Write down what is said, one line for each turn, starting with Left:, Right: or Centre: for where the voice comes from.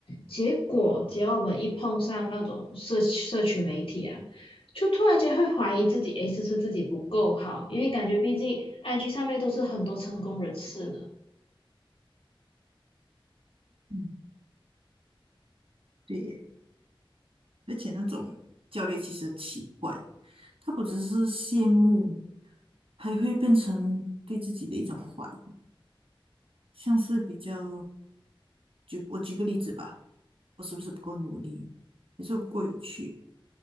Left: 结果只要我们一碰上那种社社群媒体啊，就突然间会怀疑自己，诶，是不是自己不够好？因为感觉毕竟 IG 上面都是很多成功人士呢。
Right: 嗯，对耶，而且那种教练其实很奇怪，他不只是羡慕，还会变成对自己的一种怀疑，像是比较，举我举个例子吧，我是不是不够努力，还是我不够有趣，